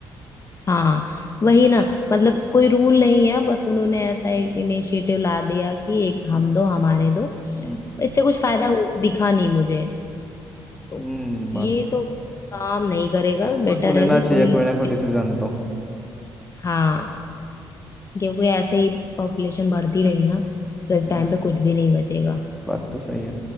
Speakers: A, on the left; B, in the centre.
A: हाँ वही ना मतलब कोई रूल नहीं है बस उन्होंने ऐसा एक इनिशिएटिव ला दिया कि एक
B: हम्म
A: हम दो हमारे दो
B: हम्म
A: इससे कुछ फायदा हु- दिखा नहीं मुझे तो
B: हम्म, बात
A: ये
B: तो सही
A: तो काम नहीं करेगा
B: गवर्नमेंट
A: बेटर
B: को लेना
A: है कि
B: चाहिए
A: कोई
B: कोई ना
A: स्ट्रिक्ट
B: कोई डिसीजन तो
A: हाँ क्योंकि ऐसे ही पॉपुलेशन बढ़ती रही ना तो एक
B: हम्म,
A: टाइम पे कुछ भी नहीं बचेगा
B: बात तो सही है